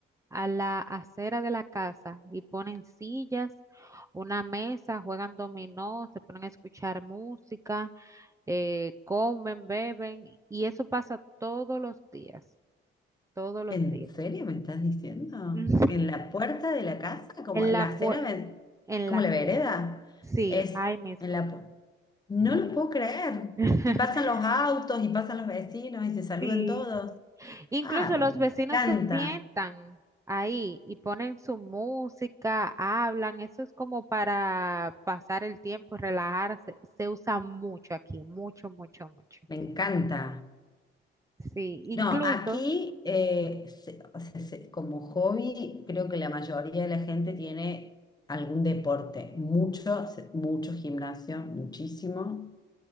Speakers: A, on the right (about 15°); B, on the left (about 20°).
A: a la acera de la casa y ponen sillas, una mesa, juegan dominó, se ponen a escuchar música, eh, comen, beben y eso pasa todos los días, todos los
B: ¿En
A: días.
B: serio me estás diciendo?
A: <laughs>
B: ¿En la puerta de la casa? ¿Como
A: En
B: en
A: la,
B: la
A: pue-
B: acera? me-
A: en
B: como
A: la acera.
B: la vereda?
A: Sí,
B: Es
A: ahí mismo.
B: en la pu- No lo puedo creer.
A: <laughs>
B: Y pasan los autos y pasan los vecinos y se saludan
A: Sí.
B: todos.
A: Incluso
B: Ah, me
A: los
B: encanta.
A: vecinos se sientan ahí y ponen su música, hablan, eso es como para pasar el tiempo, relajarse. Se usa mucho aquí, mucho, mucho, mucho.
B: Me encanta.
A: Sí, incluso
B: No, aquí, eh, se- o sea, se- como hobby, creo que la mayoría de la gente tiene algún deporte, mucho, se- mucho gimnasio, muchísimo.